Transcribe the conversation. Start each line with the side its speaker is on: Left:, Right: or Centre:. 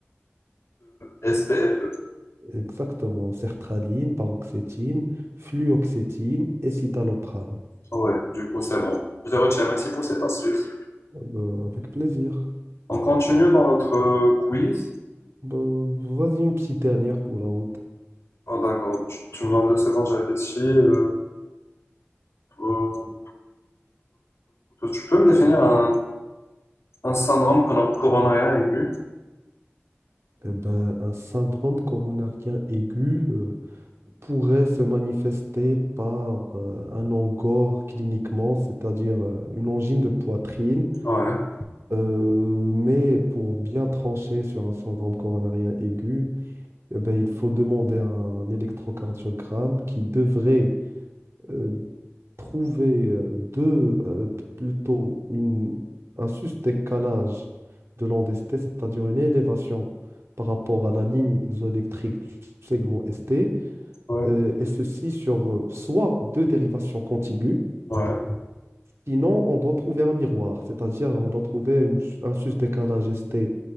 Left: S-P-F-E.
Right: Exactement, sertraline, paroxétine, fluoxétine et citalopram.
Left: Ah Ouais, du coup, c'est bon. Je les retiens. Merci pour cette astuce.
Right: Ah ben, avec plaisir.
Left: On continue dans notre euh, quiz.
Right: Ben, vas-y, une petite dernière pour la route.
Left: Ah, d'accord. Tu, tu me donnes deux secondes, je réfléchis. Euh, euh, tu peux me définir un, un syndrome cono- coronarien aigu?
Right: Eh ben, un syndrome coronarien aigu euh, pourrait se manifester par euh, un angor cliniquement, c'est-à-dire euh, une angine de poitrine.
Left: Ouais,
Right: Euh, mais pour bien trancher sur un syndrome coronarien aigu, eh ben, il faut demander un électrocardiogramme qui devrait euh, trouver euh, deux, euh, plutôt une, un juste décalage de l'onde ST, c'est-à-dire une élévation par rapport à la ligne isoélectrique du segment ST,
Left: ouais,
Right: euh, et ceci sur euh, soit deux dérivations contiguës,
Left: ouais,
Right: sinon on doit trouver un miroir, c'est-à-dire on doit trouver une s- un juste décalage ST